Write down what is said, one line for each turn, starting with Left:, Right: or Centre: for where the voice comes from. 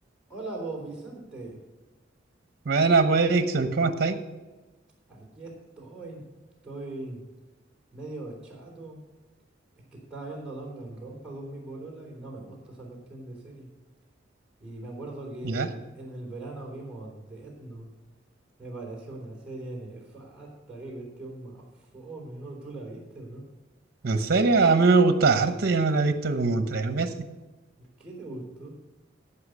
Centre: Hola, vos Vicente.
Right: Buena, pues, Dixon, ¿cómo estáis?
Centre: Aquí estoy. Estoy medio chato. Es que estaba viendo Danganronpa con mi polola y no me gusta esa cuestión de serie. Y me acuerdo que
Right: ¿Ya?
Centre: en el verano vimos Death Note. Me pareció una serie nefasta. Qué cuestión más fome, ¿no? ¿Tú la viste o no?
Right: ¿En serio? A mí me gusta harto, yo me la he visto como tres veces.
Centre: ¿Por qué te gustó?